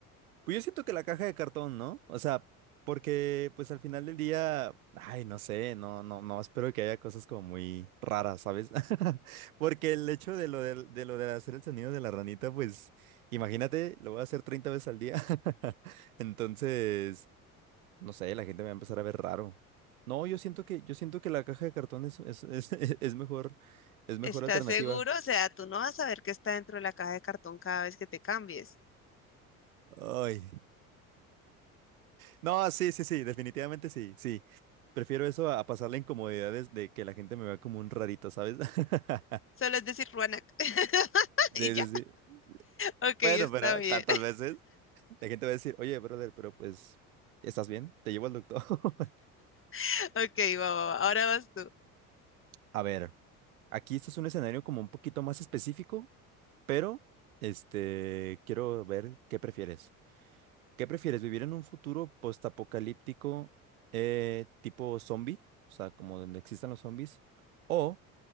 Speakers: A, on the right; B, on the left.
A: Pues yo siento que la caja de cartón, ¿no? O sea, porque pues al final del día, ay, no sé, no, no, no, espero que haya cosas como muy raras, ¿sabes? <laughs> Porque el hecho de lo del- de, lo de hacer el sonido de la ranita, pues imagínate, lo voy a hacer 30 veces al día. <laughs> Entonces, no sé, la gente me va a empezar a ver raro. No, yo siento que, yo siento que la caja de cartón es, es, es, <laughs> es mejor, es mejor
B: ¿Estás
A: alternativa.
B: seguro? O sea, tú no vas a saber qué está dentro de la caja de cartón cada vez que te cambies.
A: Ay. No, sí, sí, sí, definitivamente sí, sí. Prefiero eso a a pasar la incomodidad de, de que la gente me vea como un rarito, ¿sabes? <laughs>
B: Solo es decir Ruanac. <laughs>
A: Sí,
B: Y ya.
A: sí, sí.
B: Ok,
A: Bueno,
B: está
A: pero
B: bien.
A: tantas veces la gente va a decir, oye, brother, pero pues, ¿estás bien? Te llevo al doctor. <laughs>
B: <laughs> Ok, va, va, va. Ahora vas tú.
A: A ver, aquí este es un escenario como un poquito más específico, pero este, quiero ver qué prefieres. ¿Qué prefieres? ¿Vivir en un futuro postapocalíptico eh, tipo zombie? O sea, como donde existan los zombies. O